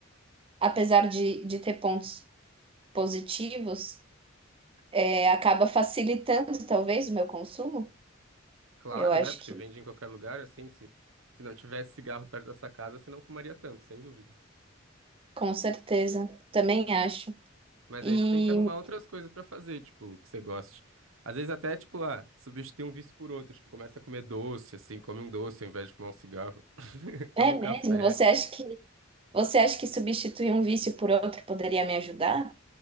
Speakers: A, on the right (about 25°); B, on the right (about 75°).
A: apesar de, de ter pontos positivos, é, acaba facilitando talvez o meu consumo.
B: Claro,
A: Eu acho
B: né? Porque
A: que,
B: vende em qualquer lugar, assim, se, se não tivesse cigarro perto da sua casa, você não fumaria tanto, sem dúvida.
A: com certeza, também acho.
B: Mas
A: E
B: aí você tem que arrumar outras coisas pra fazer, tipo, que você goste. Às vezes até, tipo, ah, substitui um vício por outro, tipo, começa a comer doce, assim, come um doce ao invés de fumar um cigarro. <laughs> Toma
A: é
B: um
A: mesmo,
B: café.
A: você acha que você acha que substituir um vício por outro poderia me ajudar?